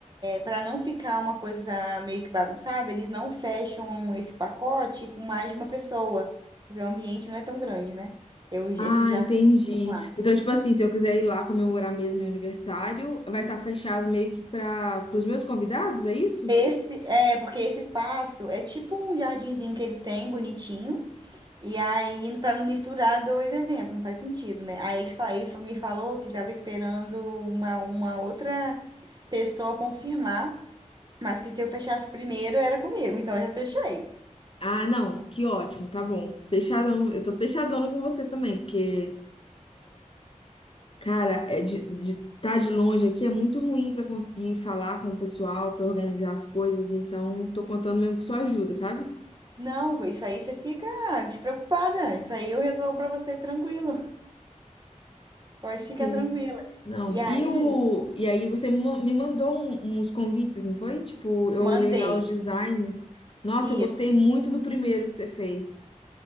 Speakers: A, on the right (about 35°); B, on the left (about 45°).
A: para não ficar uma coisa meio que bagunçada, eles não fecham esse pacote com mais de uma pessoa, porque o ambiente não é tão grande, né? Eu, esse
B: Ah,
A: jardim
B: entendi.
A: que tem lá.
B: Então, tipo assim, se eu quiser ir lá comemorar mesmo meu aniversário, vai estar fechado meio que para os meus convidados, é isso?
A: Esse, é, porque esse espaço é tipo um jardinzinho que eles têm, bonitinho. E aí, para não misturar dois eventos, não faz sentido, né? Aí ele, fa- ele fa- me falou que estava esperando uma, uma outra. pessoa confirmar, mas que se eu fechasse primeiro era comigo, então eu já fechei.
B: Ah, não, que ótimo, tá bom. Fechadão, eu tô fechadona com você também, porque Cara, é de estar de longe aqui é muito ruim pra conseguir falar com o pessoal, pra organizar as coisas, então tô contando mesmo com sua ajuda, sabe?
A: Não, vô, isso aí você fica despreocupada. Isso aí eu resolvo pra você tranquilo. Pode ficar
B: Sei.
A: tranquila.
B: Não,
A: E aí,
B: e o e aí você me ma- me mandou um- uns convites, não foi? Tipo, eu
A: mandei.
B: olhei lá os designs. Nossa,
A: Isso.
B: eu gostei muito do primeiro que você fez.